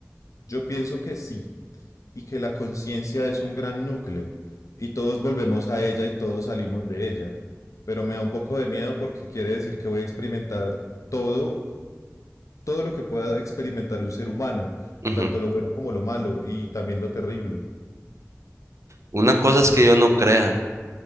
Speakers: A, on the left; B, on the right.
A: Yo pienso que sí, y que la conciencia es un gran núcleo y todos volvemos a ella y todos salimos de ella. Pero me da un poco de miedo porque quiere decir que voy a experimentar todo, todo lo que pueda experimentar un ser humano,
B: Ujú.
A: tanto lo bueno como lo malo y también lo terrible.
B: Una cosa es que yo no crea.